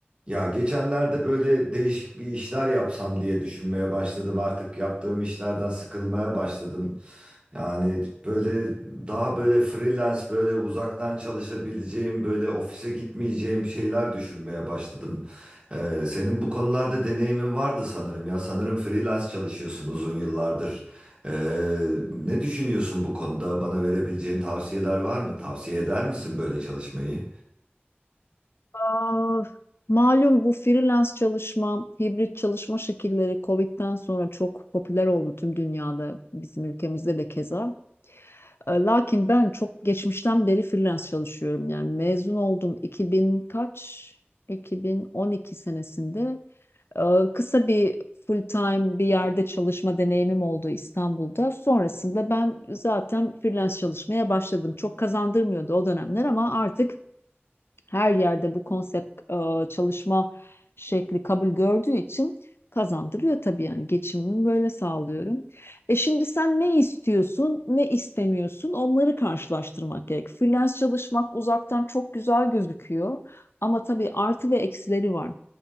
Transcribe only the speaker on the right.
Ya geçenlerde böyle değişik bir işler yapsam diye düşünmeye başladım. Artık yaptığım işlerden sıkılmaya başladım. Yani böyle daha böyle freelance böyle uzaktan çalışabileceğim böyle ofise gitmeyeceğim şeyler düşünmeye başladım. Ee, senin bu konularda deneyimin vardı sanırım ya. Sanırım freelance çalışıyorsun uzun yıllardır. Ee, ne düşünüyorsun bu konuda? Bana verebileceğin tavsiyeler var mı? Tavsiye eder misin böyle çalışmayı?